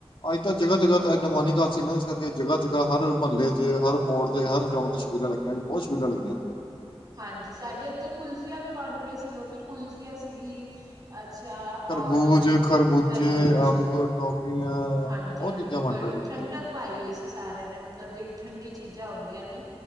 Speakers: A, on the left; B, on the right.
A: ਅੱਜ ਤਾਂ ਜਗ੍ਹਾ- ਜਗ੍ਹਾ ਤਾਂ ਅਨੁਮਾਨੀ ਇਕਾਦਸੀ ਨਾ ਇਸ ਕਰਕੇ ਜਗ੍ਹਾ- ਜਗ੍ਹਾ ਹਰ ਮਹੱਲੇ ਚ ਹਰ ਮੋੜ ਹਰ ਜਗਾ ਤੇ ਸ਼ਬੀਲਾ ਲੱਗੀਆਂ ਅਜ ਬਹੁਤ ਸ਼ਬੀਲਾਂ ਲੱਗੀਆਂ
B: ਹਾਂਜੀ ਸਾਡੇ ਇੱਧਰ ਕੁਲਫੀਆ ਵੀ ਵੰਡ ਰਹੇ ਸੀ ਲੋਕੀ ਕੁਲਫੀਆ ਸੀਗੀ ਅੱਛਾ
A: ਤਰਬੂਜ
B: ਔਰ
A: ਖਰਬੂਜੇ
B: ਤਰਬੂਜ,
A: ਅੰਬ ਟੌਫੀਆਂ
B: ਹਾਂਜੀ
A: ਬਹੁਤ
B: ਜੀ ਹਾਂਜੀ
A: ਚੀਜ਼ਾਂ
B: ਬੜੀ
A: ਵੰਡ ਰਹੇ ਲੋਕੀ
B: ਠੰਡਕ
A: ਅੱਜ
B: ਪਾਈ ਹੋਈ ਸੀ ਸਾਰਿਆਂ ਨੇ ਮਤਲਬ ਜਿਹੜੀ ਠੰਡੀ ਚੀਜ਼ਾਂ ਹੁੰਦੀ। ਯਾਨੀ